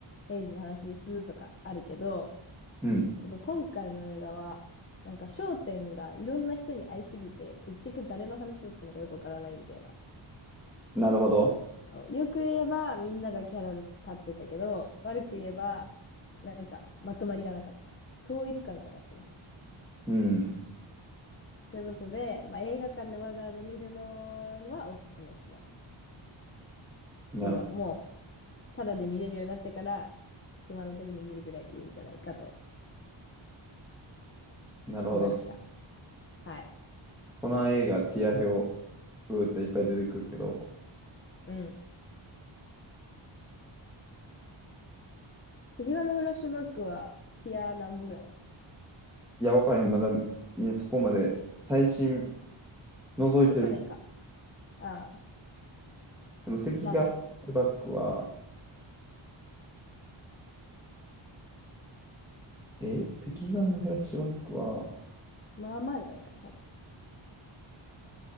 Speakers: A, on the left; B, in the centre.
A: エイジの話ですとかあるけど、
B: うん。
A: なんか今回の映画は、なんか焦点がいろんな人に合いすぎて、結局誰の話だったのかよくわからないみたいな。
B: なるほど。
A: そうよく言えばみんながキャラ立ってたけど、悪く言えばなんかまとまりがなかった。統一感がなかったね。
B: うん。
A: ということで、まあ、映画館でわざわざ見るのはおすすめしない。
B: なる、
A: その、もう、ただで見れるようになってから、暇な時に見るぐらいでいいんじゃないかと
B: なるほど。
A: 思いました。はい。
B: この映画、ティア表、うーっていっぱい出てくるけど、
A: うん。赤眼のフラッシュバックは、ティア何本ぐらいなの
B: いや、わからへん。まだ、みんなそこまで、最新、覗いてる。
A: か、去年か。ああ、
B: でも、赤眼のフラッシュバックは、
A: まあ、そ
B: え赤眼のフラッシュバックは、
A: まあまあじゃない、多分。